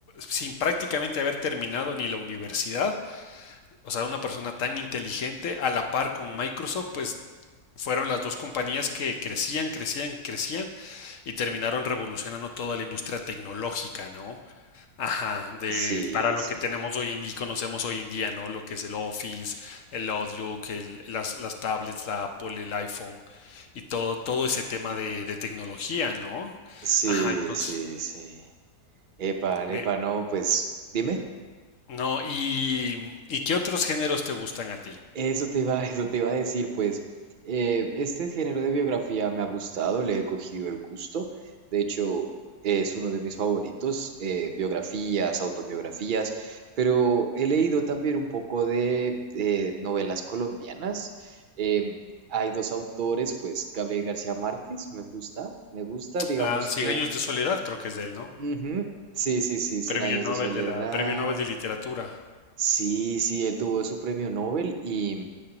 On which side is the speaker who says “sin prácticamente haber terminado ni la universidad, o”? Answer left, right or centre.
Left